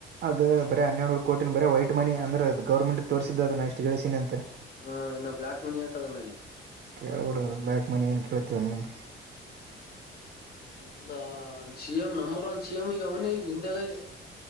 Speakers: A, on the right; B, on the left.
A: ಅದ ಬರೇ ಹನ್ನೆಡುನೂರು ಕೋಟಿನ್ ಬರೆ ವೈಟ್ ಮನಿ ಅಂದ್ರೆ ಗೌರ್ಮೆಂಟ್ಗ್ ತೋರಿಸಿದ್ದದು ನಾ ಎಷ್ಟು ಗಳಿಸಿನಿ ಅಂತೆಳಿ
B: ಹಾ ಇನ್ನು ಬ್ಲ್ಯಾಕ್ ಮನಿ ಎಟ್ಟದನ್ನಲ್ಲಿ
A: <unintelligible> ಬ್ಲ್ಯಾಕ್ ಮನಿ ಏನ್ ಕೇಳ್ತೀವ ನೀನು
B: ಇಲ್ಲ C M number one C M ಈಗ ಅವನೇ ಈಗ ಇಂಡಿಯಾದಾಗೆ